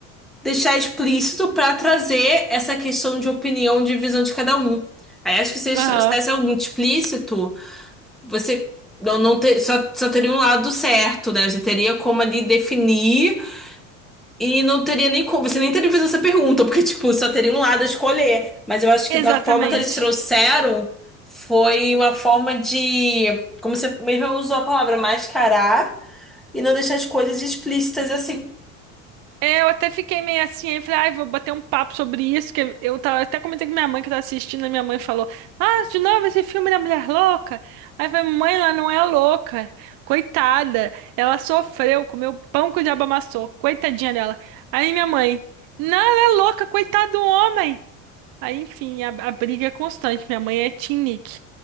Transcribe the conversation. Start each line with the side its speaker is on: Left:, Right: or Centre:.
Centre: deixar explícito, pra trazer essa questão de opinião, de visão de cada um. Aí acho que se eles
Right: Aham.
Centre: trouxessem algum explícito você não, não ter, só, só teria um lado certo, né? Você teria como ali definir e não teria nem como. Você nem teria que fazer essa pergunta, porque, <laughs> tipo, só teria um lado a escolher. Mas eu acho
Right: Exatamente.
Centre: que da forma que eles trouxeram foi uma forma de, como você mesmo usou a palavra, mascarar e não deixar as coisas explícitas assim.
Right: É, eu até fiquei meio assim, aí falei, ai, vou bater um papo sobre isso, que eu tava, até comentei com minha mãe que tava assistindo, a minha mãe falou, ah, de novo esse filme da mulher louca? Aí eu falei, mãe, ela não é louca, coitada, ela sofreu, comeu pão que o diabo amassou, coitadinha dela. Aí minha mãe, não, ela é louca, coitado do homem. Aí, enfim, a, a briga é constante, minha mãe é Team Nick.